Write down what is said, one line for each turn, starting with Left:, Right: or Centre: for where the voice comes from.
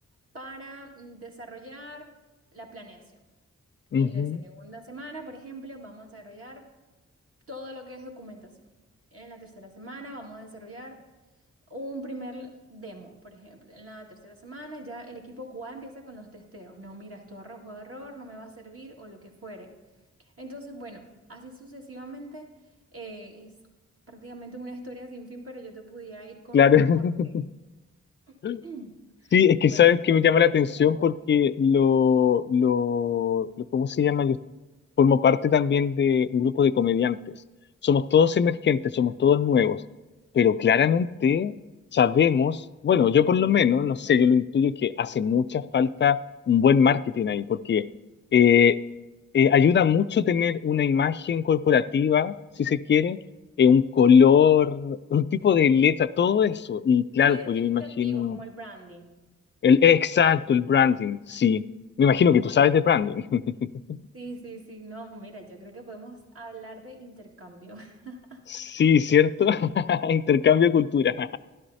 Right: para mm, desarrollar la planeación.
Left: ujú,
Right: En la segunda semana, por ejemplo, vamos a desarrollar todo lo que es documentación. En la tercera semana vamos a desarrollar un primer demo, por ejemplo. En la tercera semana ya el equipo QA empieza con los testeos. No, mira, esto arrojo error, no me va a servir o lo que fuere. Entonces, bueno, así sucesivamente eh, es prácticamente una historia sin fin, pero yo te pudiera ir contando
Left: Claro.
Right: porque,
Left: <laughs>
Right: <clears throat>
Left: Sí, es que
Right: bueno,
Left: sabes
Right: no te
Left: que
Right: quiero
Left: me llama
Right: quitar
Left: la atención
Right: mucho tiempo.
Left: porque lo, lo, lo- ¿cómo se llama? Yo formo parte también de un grupo de comediantes. Somos todos emergentes, somos todos nuevos, pero claramente sabemos, bueno, yo por lo menos, no sé, yo lo intuyo que hace mucha falta un buen marketing ahí, porque eh, eh, ayuda mucho tener una imagen corporativa, si se quiere, eh, un color, un tipo de letra, todo eso. Y claro,
Right: Como identificativo,
Left: pues yo me imagino.
Right: como el branding.
Left: El, exacto, el branding, sí. Me imagino que tú sabes de branding. <laughs>
Right: Sí, sí, sí, no, mira, yo creo que podemos hablar de intercambio. <laughs>
Left: Sí, ¿cierto? <laughs> Intercambio de cultura.